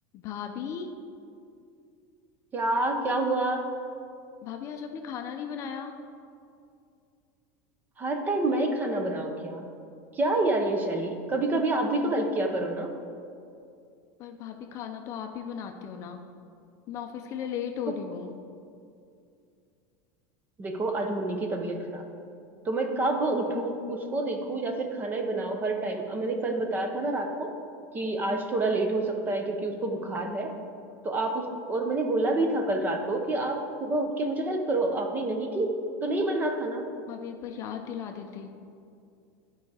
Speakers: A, on the left; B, on the right.
A: भाभी
B: क्या क्या हुआ
A: भाभी आज आपने खाना नहीं बनाया
B: हर टाइम मैं ही खाना बनाऊं क्या क्या यार ये शैली कभी कभी आप भी तो हेल्प किया करो ना
A: पर भाभी खाना तो आप ही बनाते हो ना मैं ऑफिस के लिए लेट हो
B: तो
A: रही हूँ
B: देखो आज मुन्नी की तबीयत खराब तो मैं कब उठूं उसको देखूं या फिर खाना ही बनाओ हर टाइम अब मैंने कल बताया था ना रात को कि आज थोड़ा लेट हो सकता है क्योंकि उसको बुखार है तो आप उस और मैंने बोला भी था कल रात को कि आप सुबह उठ के मुझे हेल्प करो आपने नहीं की तो नहीं बना खाना
A: भाभी एक बार याद दिला देते